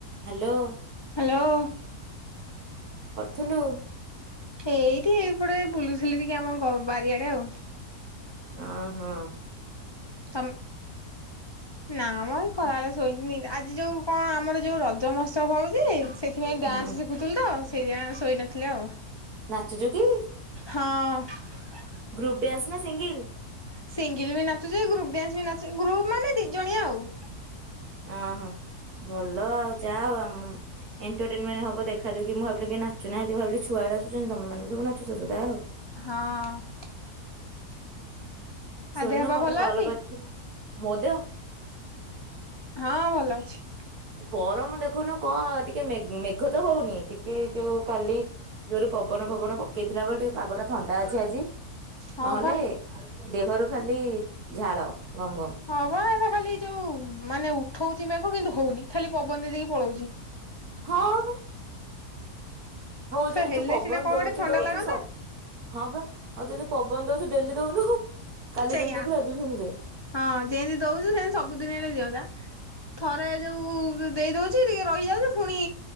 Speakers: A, on the right (about 70°); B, on the left (about 40°).
A: Hello.
B: Hello.
A: ଥୁଲୁ।
B: ସେଇଠି ଏଇପଟେ ବୁୁଲୁ ଥିଲି ଟିକେ ଆମ ବାରିଆଡେ ଆଉ।
A: ହ ହଁ।
B: ତମ ନାମ ଖରାବେଳେ ସୋଇନି। ଆଜି ଯୋଉ କଣ ଆମର ଯୋଉ ରଜ ମହୋତ୍ସବ ହଉ ସେଥିପାଇଁ
A: ହୁଁ
B: ଡ୍ୟାନ୍ସ ଶିଖୁଥିଲୁ ତ ସେଇଥିଆଁ ଶୋଇନଥିଲି ଆଉ।
A: ନାଚୁଛ କି?
B: ହଁ।
A: ଗ୍ରୁପଡାନ୍ସ ନା ସିଙ୍ଗିଲ୍।
B: ସିଙ୍ଗଲ ବି ନାଚୁଛି ଗ୍ରୁପ ଡ୍ୟାନ୍ସ ବି ଗ୍ରୁପ ମାନେ ଦି ଜଣିଆ ଆଉ।
A: ଅ ହଁ ଭଲ ଆଉ ଯା ହଉ ଆମ ଏଣ୍ଟରଟେନମେଣ୍ଟ ହବ ଦେଖାଦୁଖି ମୁଁ ଭାବିଲି କେ ନାଚୁନାହାଁନ୍ତି ଭାବିଲି ଛୁଆ ବି ନାଚୁଛନ୍ତି ତମେ ମାନଙ୍କୁ ସବୁ ନାଚୁଛ ତ ଜାହା ହଉ।
B: ହଁ।
A: ସୋନୁ
B: ଆଉ ଦେହ ପା
A: କଣ
B: ଭଲ
A: ପାଇଁ କଲ
B: ଅଛି
A: କରିଥିଲେ? ମୋଦ
B: ହଁ ଭଲ ଅଛି।
A: ଗରମ ଦେଖୁନୁ କ ଟିକେ ମେଘ ତ ହଉନି ଟିକେ ଯୋଉ କାଲି ଜୋରେ ପବନ ଫବନ ପକେଇଥିଲା ବୋଲି ଟିକେ ପାଗ ଟା ଥଣ୍ଡା ଅଛି ଆଜି।
B: ହଁ
A: ନହେଲେ
B: ପା
A: ଦେହରୁ ଖାଲି ଝାଳ। ଗମ ଗମ
B: ହଁପା ଏଟା ଖାଲି ଯୋଉ ମାନେ ଉଠଉଛି ମେଘ। ହ କିନ୍ତୁ ହଉନି ଖାଲି ପବନ ଦେଇ ଦେଇକି ପଳଉଛି।
A: ହଁ ବା। ହଉ
B: ସେ
A: ଯଦି
B: ହେଲେ
A: ତୁ ପବନ
B: ସିନା କଣ
A: ଦଉଛୁ
B: ଗୋଟେ ଥଣ୍ଡା
A: ଦଉଛୁ
B: ଲାଗନ୍ତା
A: ସବୁ ହଁ ବା ଆଉ ଯଦି ପବନ ଦଉଛୁ ଡେଲି ଦଉନୁ କାଲି
B: ସେଇଆ
A: ଯେମିତି ଦେଇଥିଲୁ ଆଜି ବି ସେମିତି ଦେ
B: ହଁ ଯେମତି ଦଉଛୁ ସେମତି ସବୁଦିନ ହେଲେ ଦିଅନ୍ତା ଥରେ ଯୋଉ ଦେଇ ଦଉଛି ଟିକେ ରହିଯାଉଛି ପୁଣି